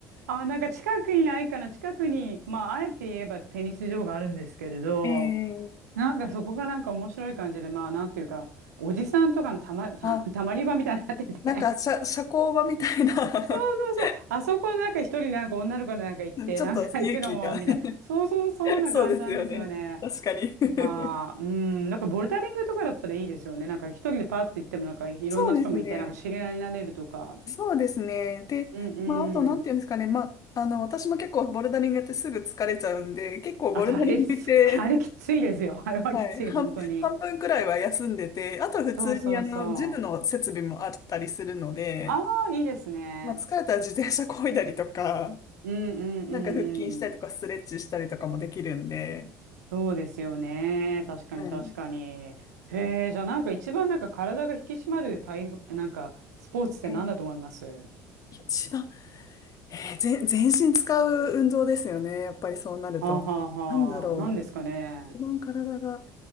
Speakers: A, on the right (about 80°); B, on the left (about 40°).
A: あ、なんか近くにないかな、近くに、まあ、あえて言えばテニス場があるんですけれど、
B: ええ、
A: なんかそこがなんか面白い感じで、まあ、なんていうか、おじさんとかのたま、た、
B: <laughs> あ、
A: たまり場みたいになってて、
B: なんか、社、社交場みたいな
A: <laughs>
B: <laughs>
A: そうそう、あそこなんか一人なんか女の子なんか行って、
B: ちょっと勇気が
A: なんか行くのも、みたいな、そうそう、そんな感じなんですよね。
B: <laughs> そうですよね。確かに。<laughs>
A: まあ、うん、なんかボルダリングとかだったらいいですよね。なんか一人でパッと行っても、なんかいろんな人もいて、
B: そうですね。
A: なんか知り合いになれるとか。
B: そうですね。で、
A: うん
B: まあ、あと、なんていうんですかね。まあ、あの、私も結構ボルダリングやってすぐ疲れちゃうんで、結構ボルダリングって、
A: あと、あれす、あれきついですよ。<laughs> あれはきつい、
B: はい、半、
A: 本当に。
B: 半分くらいは休んでて、あと普通にあの、
A: そうそうそう。
B: ジムの設備もあったりするので、
A: ああ、いいですね。
B: まあ、疲れたら自転車漕いだりとか、
A: うんうんう
B: なんか腹筋したりとか、
A: んうん。
B: ストレッチしたりとかもできるんで、
A: そうですよね。確かに確かに。
B: はい。
A: へえ、じゃあなんか一番なんか体が引き締まる体、なんかスポーツって何だと思いますは
B: えー一番えー全、全身使う運動ですよね。やっぱりそうなると。
A: あはあ
B: なんだろう。
A: はあ。何ですかね。
B: 一番体が引